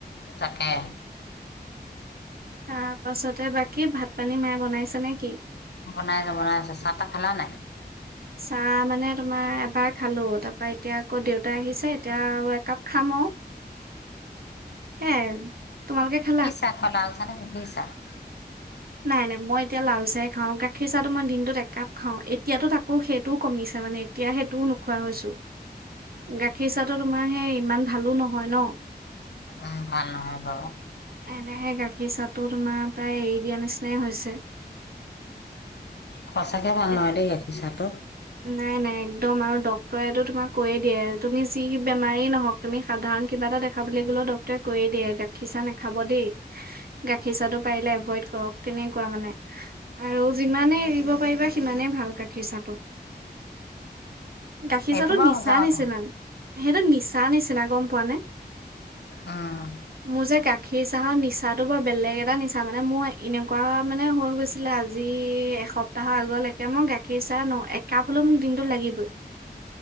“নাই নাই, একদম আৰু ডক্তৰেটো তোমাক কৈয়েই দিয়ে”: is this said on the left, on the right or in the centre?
Right